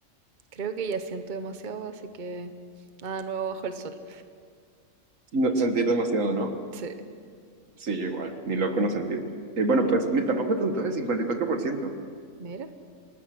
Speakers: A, on the right (about 40°); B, on the right (about 80°).
A: Creo que ya siento demasiado, así que nada nuevo bajo el sol.
B: No, sentir demasiado, ¿no?
A: Sí.
B: Sí, yo igual, ni loco no sentir. Eh, bueno, pues mi- tampoco tanto, es 54%.
A: Mira.